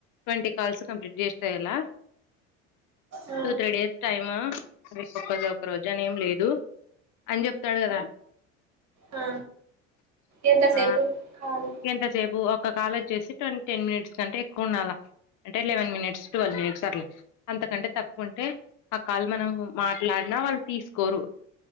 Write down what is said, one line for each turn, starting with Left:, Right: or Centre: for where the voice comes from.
Left: ట్వంటీ కాల్స్ కంప్లీట్ చేస్నా ఇయల
Right: ఆ
Left: టూ త్రీ డేస్ టైమా <unintelligible> ఒక ఒక రోజు అనేంలేదు. అని చెప్తాడు కదా,
Right: ఆ ఎంతసేపు
Left: ఆ
Right: కాలు
Left: ఎంతసేపు ఒక్క కాల్ వచ్చేసి ట్వన్ టెన్ మినిట్స్ కంటే ఎక్కువుండాలా అంటే లెవెన్ మినిట్స్ టువల్ మినిట్స్ అట్ల అంతకంటే తక్కువుంటే ఆ కాల్ మనం మాట్లాడినా వాళ్ళు తీసుకోరు,